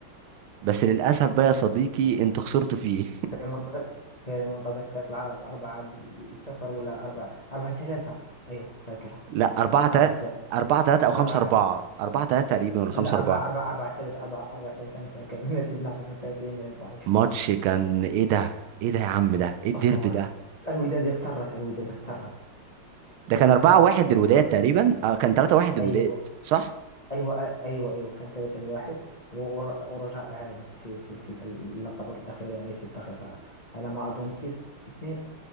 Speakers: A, on the right; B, on the left.
A: بس للاسف بقى يا صديقي انتوا خسرتوا فيه
B: في منتدى في منتدى كأس العرب أربعة صفر ولا أربعة أربعة ثلاثة أيوه فاكرة
A: <laughs> لا 4 3
B: أربعة ثلاثة
A: 4 3 او
B: أربعة
A: 5 4 4 3 تقريبا ولا 5
B: لا
A: 4
B: أربعة أربعة أربعة ثلاثة أربعة أربعة ثلاثة أنا فاكر <laughs> النتيجة نحن فاكرين يا صاحبي
A: ماتش كان ايه ده ايه ده يا عم ده ايه الديربي
B: أسطوري
A: ده
B: الوداد اخترت الوداد اخترت
A: ده
B: لأن
A: كان 4-1 للوداد
B: ضرب
A: تقريبا اه كان 3-1 للوداد
B: أيوه
A: صح
B: ايوه ايوه ايوه كان 3 1 ورجاء عادت في في في اللقطات الاخيره يعني في الدقيقه على ما اظن تيس 2